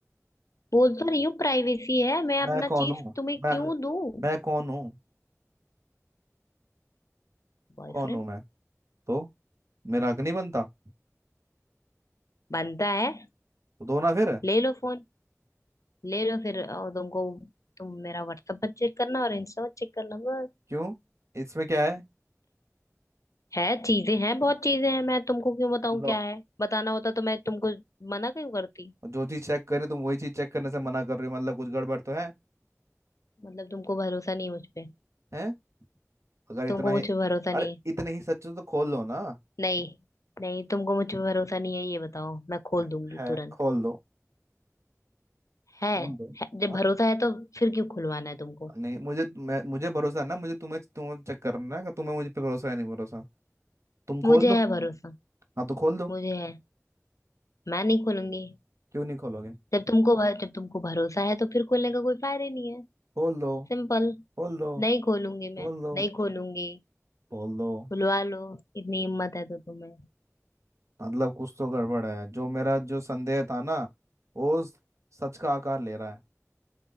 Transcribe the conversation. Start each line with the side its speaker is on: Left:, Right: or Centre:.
Left: बोल तो रही हूँ प्राइवेसी है मैं अपना
Right: मैं कौन
Left: चीज
Right: हूँ
Left: तुम्हें
Right: मैं
Left: क्यों दूं
Right: मैं कौन हूँ
Left: बॉयफ्रेंड
Right: कौन हूँ मैं तो मेरा हक नहीं बनता
Left: बनता है
Right: तो दो ना फिर
Left: ले लो फोन ले लो फिर और तुमको तुम मेरा व्हाट्सएप पर चेक करना और इंस्टा पर चेक करना बस
Right: क्यों इसमें क्या है
Left: है चीजें हैं बहुत चीजें हैं मैं तुमको क्यों बताऊं
Right: लो-
Left: क्या है बताना होता तो मैं तुमको मना क्यों करती
Right: जो चीज चेक करें तुम वही चीज चेक करने से मना कर रहे हो मतलब कुछ गड़बड़ तो है
Left: मतलब तुमको भरोसा नहीं मुझ पे
Right: हैं अगर इतना
Left: तुमको
Right: ही
Left: मुझ पे भरोसा
Right: अरे
Left: नहीं है
Right: इतने ही सच हो तो खोल लो ना
Left: नहीं नहीं तुमको मुझ पे भरोसा नहीं है ये बताओ मैं खोल
Right: है
Left: दूंगी
Right: है,
Left: तुरंत
Right: खोल दो
Left: है,
Right: खोल दो
Left: है जब
Right: हाँ
Left: भरोसा है तो फिर क्यों खुलवाना है तुमको
Right: नहीं मुझे मैं मुझे भरोसा है ना मुझे तुम्हें तुम्हें चेक करना है कि तुम्हें मुझे पे भरोसा है नहीं भरोसा तुम
Left: मुझे
Right: खोल दो
Left: है भरोसा
Right: हाँ तो खोल दो
Left: मुझे है मैं नहीं खोलूंगी
Right: क्यों नहीं खोलोगे
Left: जब तुमको भ- जब तुमको भरोसा है तो फिर खोलने का कोई फायदा ही नहीं है
Right: खोल दो
Left: सिंपल
Right: खोल दो
Left: नहीं खोलूंगी मैं
Right: खोल दो
Left: नहीं खोलूंगी
Right: खोल दो
Left: खुलवा लो इतनी हिम्मत है तो तुम्हें
Right: मतलब कुछ तो गड़बड़ है जो मेरा जो संदेह था ना वो स- सच का आकार ले रहा है